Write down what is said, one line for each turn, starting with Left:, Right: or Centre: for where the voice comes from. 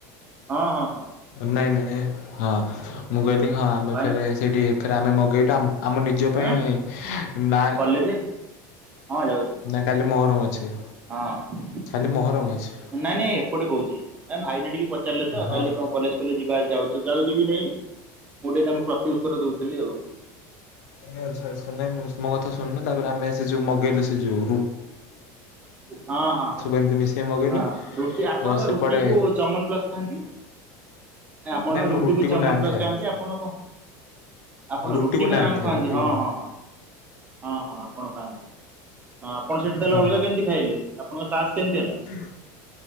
Right: ଆଉ ହଁ ହଁ। ହଁ
Left: ନାଇଁ ନାଇଁ ହଁ। ମୁଁ କହିଲି ହଁ ଆମେ
Right: ଭାଇ
Left: ଫେରେ ସେଇଠି ଫେରେ ଆମେ ମଗେଇଲୁ ଆମ ନିଜ ପାଇଁ
Right: ଆଁ
Left: ନା
Right: କଲେଜେ ହଁ ଯାଉଚୁ।
Left: ନାଇଁ କାଲି ମହରମ ଅଛି।
Right: ହଁ।
Left: କାଲି ମହରମ ଅଛି।
Right: ନାଇଁ ନାଇଁ ଏପଟେ କହୁଛି ଭାଇନା ଟିକେ ପଚାରିଲେ ତଉ
Left: ହଁ।
Right: କାଲି କଣ କଲେଜ ଯିବା ଯାଉଛ ଯାଉଛ କି ନାଇଁ ମୁଁ ଟିକେ ତାଙ୍କୁ ପ୍ରତି ଉତ୍ତର ଦଉଥିଲି ଆଉ।
Left: ନଁ ଆଚ୍ଛା ଆଚ୍ଛା ନାଇଁ ମୋ କଥା ଶୁଣୁନୁ ତାପରେ ଆମେ ସେ ଯଉ ମଗେଇଲୁ ସେ ଯଉ
Right: ହଁ ହଁ
Left: ଏମିତି ମିଶେଇ ମଗେଇଲୁ
Right: ହଁ ରୁଟି ଆପଣ
Left: ପ୍ଲସ୍
Right: ବା
Left: ସେପଟେ
Right: ରୁଟି କୁ ଚମନ ପ୍ଲସ ଖାଆନ୍ତି? ଆପଣଙ୍କ
Left: ନାଇଁ ମୁଁ
Right: ରୁଟି
Left: ରୁଟିକୁ
Right: ବି ଚମନ
Left: ନାନ୍
Right: ପ୍ଲସ
Left: ଖାଏ
Right: ଖାଆନ୍ତି ଆପଣ କଣ? ଆପଣ
Left: ରୁଟିକୁ
Right: ରୁଟି ଆଣିକି
Left: ନାନ୍
Right: ଆମକୁ
Left: ଖାଏ
Right: ଖୁଆନ୍ତି
Left: ରୁଟିକୁ
Right: ହଁ
Left: ନାନ୍
Right: ହଁ ହଁ। ହଁ ହଁ ଆପଣ କାହାନ୍ତି ହଁ ଆପଣ ସେଠି ସେ ତାଲେ
Left: ହଁ
Right: ଅଲଗା କେମିତି ଖାଇଲେ ଆପଣଙ୍କ ସାହସ କେମିତି ହେଲା।
Left: ହୁଁ।